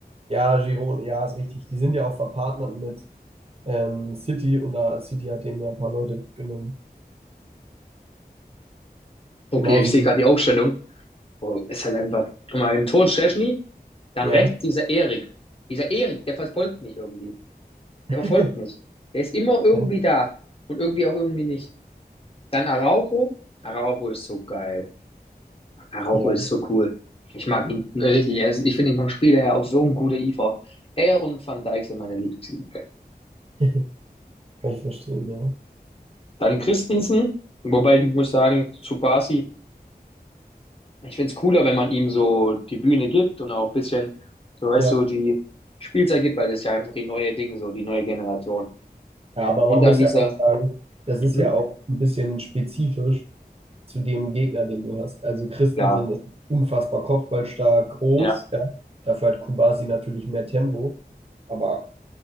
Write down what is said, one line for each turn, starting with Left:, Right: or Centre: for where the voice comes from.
Right: Ja, Girona, ja, ist richtig. Die sind ja auch verpartnert mit ähm, City und da City hat denen ja ein paar Leute genommen.
Left: Okay,
Right: Genauso
Left: ich sehe
Right: wie,
Left: gerade die Aufstellung. Oh, ist halt einfach. Guck mal, im Tor Szczęsny, dann
Right: ja.
Left: rechts dieser Erik. Dieser Erik, der verfolgt mich irgendwie. Der
Right: <laughs>
Left: verfolgt mich. Der ist immer irgendwie
Right: Ja,
Left: da und irgendwie auch irgendwie nicht. Dann Araujo. Araujo ist so geil. Araujo
Right: ja.
Left: ist so cool. Ich mag ihn richtig. Er ist, ich finde ihn vom Spieler her auch so ein guter IV. Er und Van Dijk sind meine Lieblings-IVs.
Right: <laughs> kann ich verstehen, ja.
Left: Dann Christensen, wobei ich muss sagen, zu Basi, ich find's cooler, wenn man ihm so die Bühne gibt und auch ein bisschen, so weißt
Right: Ja.
Left: du, die Spielzeit gibt, weil das ist ja einfach die neue Ding, so die neue Generation.
Right: Ja, aber
Left: Und
Right: man muss
Left: dann dieser,
Right: ja auch sagen, das
Left: mhm,
Right: ist ja auch ein bisschen spezifisch. zu dem Gegner, den du hast. Also Christensen
Left: klar,
Right: ist unfassbar kopfballstark, groß,
Left: ja,
Right: ja. Dafür hat Kubasi natürlich mehr Tempo, aber